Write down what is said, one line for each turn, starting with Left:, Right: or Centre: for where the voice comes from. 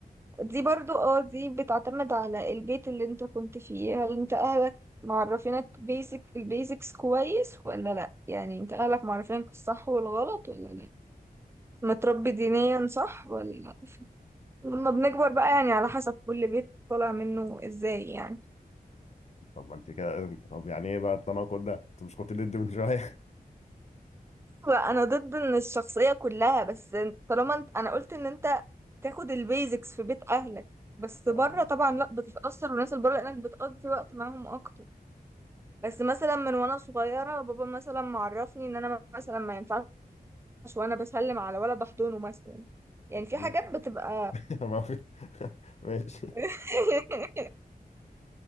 Right: دي برضو اه دي بتعتمد على البيت اللي انت كنت فيه هل انت اهلك معرفينك بيسك البيسكس كويس ولا لا يعني انت اهلك معرفينك الصح والغلط ولا لا متربي دينيا صح ولا لا لما بنكبر بقى يعني على حسب كل بيت طالع منه ازاي يعني
Left: طب ما انت كده طب يعني ايه بقى التناقض ده انت مش كنت ضد من شويه
Right: انا ضد ان الشخصية كلها بس طالما انت انا قلت ان انت تاخد البيزكس في بيت اهلك بس بره
Left: آه،
Right: طبعا لا بتتأثر والناس اللي بره لانك بتقضي وقت معاهم اكتر بس مثلا من وانا صغيرة بابا مثلا معرفني ان انا مثلا ما ينفعش وانا بسلم على ولا بحضنه مثلا يعني
Left: اكيد
Right: في حاجات بتبقى
Left: <laughs> ما في <laughs> ماشي
Right: <laughs>